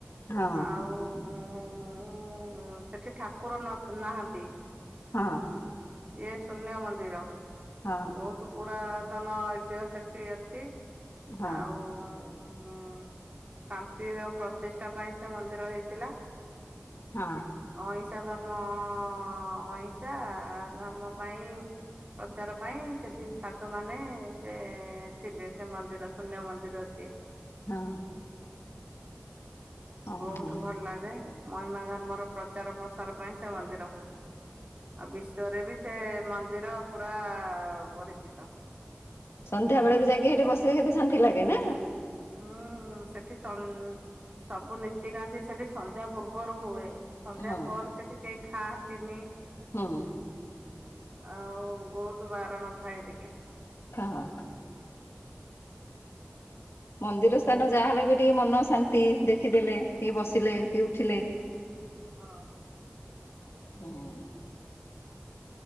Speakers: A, on the left; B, on the right.
A: ହଁ
B: ଆଉ ଉଁ ସେଠି ଠାକୁର ନାହାନ୍ତି।
A: ହଁ।
B: ସିଏ ଶୂନ୍ୟ ମନ୍ଦିର।
A: ହଁ
B: ବହୁତ ପୁରାତନ ଐତିହ୍ୟ ସେଠି ଅଛି
A: ହଁ
B: ଆଉ ଉଁ ଶାନ୍ତିର ପ୍ରତିଷ୍ଠା ପାଇଁ ସେ ମନ୍ଦିର ହେଇଥିଲା।
A: ହଁ।
B: ଅହିଂସା ଧର୍ମ ଅଁ ଅହିଂସା ଧର୍ମ ପାଇଁ ପ୍ରଚାର ପାଇଁ ସେଠି ସାଧୁ ମାନେ ସେ ଥିଲେ ସେ ମନ୍ଦିର ଶୂନ୍ୟ ମନ୍ଦିର ସିଏ।
A: ହଁ। ହଁ
B: ବହୁତ
A: ହଁ।
B: ଭଲ ଲାଗେ ମହିମା ଧର୍ମର ପ୍ରଚାର ପ୍ରସାର ପାଇଁ ସେ ମନ୍ଦିର। ଆଉ ବିଶ୍ଵରେ ବି ସେ ମନ୍ଦିର ପୁରା ପରିଚିତ।
A: ସନ୍ଧ୍ୟାବେଳେ ବି ଯାଇକି ହେଠି ବସିଲେ କେତେ ଶାନ୍ତି ଲାଗେ ନା?
B: ହୁଁ ସେଠି ସନ ସବୁ ନୀତିକାନ୍ତି ସେଠି ସନ୍ଧ୍ୟା ପୂର୍ବରୁ ହୁଏ। ସନ୍ଧ୍ୟା
A: ହଁ।
B: ପରେ ସେଠି କେହି ଖାଆନ୍ତିନି।
A: ହୁଁ।
B: ଆଉ ବହୁତ ବାରଣ ଥାଏ ଟିକେ।
A: ହଁ। ମନ୍ଦିର ସ୍ଥାନ ଯାହାହେଲେ ବି ଟିକେ ମନ ଶାନ୍ତି ଦେଖିଦେଲେ ଟିକେ ବସିଲେ କି ଉଠିଲେ।
B: ହଁ।
A: ହଁ।